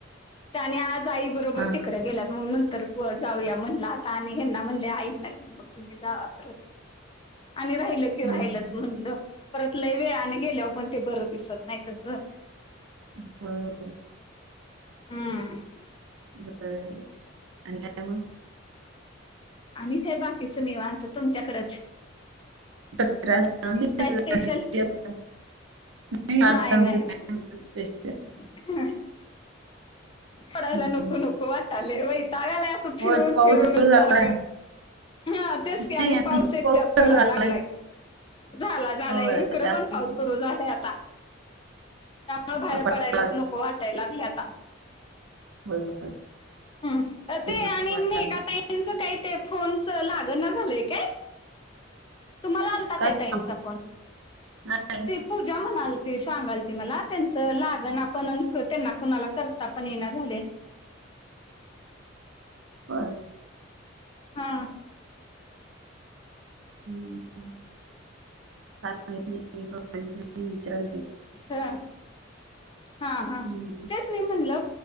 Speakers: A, on the left; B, on the right.
A: आणि आज आई बरोबर
B: हां,
A: तिकड
B: हां.
A: गेलात मग नंतर व जाऊया म्हणला आता आणि हेना म्हणले आईंना घेऊन बग तुम्ही जावा परत. आणि राहिलं की
B: हं.
A: राहिलंच म्हटलं परत ल वेळने गेल्यावर पण ते बरं दिसत नाही तसं.
B: <unintelligible>
A: हम
B: बर आणि काय मग?
A: आणि काय बाकीचं नीवांत तुमच्याकडच.
B: <unintelligible>
A: काय स्पेशल
B: <unintelligible>
A: नाही नाही नाही <unintelligible> पडायला
B: हं.
A: नको नको वाटाले वैताागलाय असं
B: होय,
A: फिरून
B: पाऊस
A: फिरूनच
B: सुरू झालाय.
A: सारखं हा तेच का
B: नाही
A: आणि पाऊस एक त्यात
B: सुरू
A: पडायला
B: झालाय
A: लागलाय. झाला झालंय
B: होय
A: इकडं
B: त्यामुळं
A: पण पाऊस सुरू झालाय आता. न बाहेर
B: वाटायला
A: पडायलाच
B: लागलंय.
A: नको वाटायला लागलंय आता.
B: <unintelligible>
A: ह्
B: तेच
A: ते
B: ना
A: आणि
B: वाटायला
A: मेघा
B: लागलंय.
A: ताईंच काही ते फोनच लाग ना झालंय काय? तुम्हाला आलता काही
B: काय सांगू
A: ताईंचा फोन?
B: नाही
A: ते पूजा म्हणाल त सांगाल त मला त्यांचं लागण आपणक त्यांना कणाला करता पण येना झाले.
B: बरं.
A: हा.
B: <unintelligible>
A: ह हा हा.
B: हम्म.
A: तेच मी म्हणलं